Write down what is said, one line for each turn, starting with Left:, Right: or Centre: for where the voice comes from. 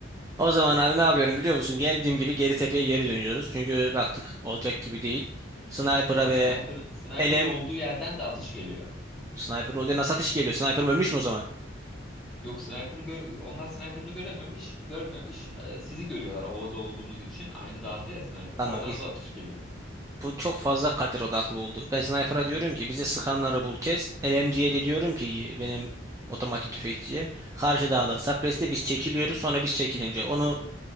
Right: O zaman abi ne yapıyorum biliyor musun? Geldiğim gibi geri tepeye geri dönüyoruz. Çünkü baktık olacak gibi değil. Sniper'a
Centre: Ama
Right: ve
Centre: sniper, sniper'ın
Right: LM
Centre: olduğu yerden de atış geliyor.
Right: Sniper'ın odaya nasıl ateş geliyor? Sniper ölmüş mü o zaman?
Centre: Yok sniper'ın gö- onlar sniper'ını görememiş, görmemiş. Ee, sizi görüyorlar ovada olduğunuz için. Aynı dağda ya sniper.
Right: Tamam
Centre: Oradan
Right: biz
Centre: da atış geliyor.
Right: Bu çok fazla kadir odaklı oldu. Ben sniper'a diyorum ki bize sıkanları bul kes. LMG'ye de diyorum ki benim otomatik tüfekçiye karşı dağları sapreste biz çekiliyoruz. Sonra biz çekilince onu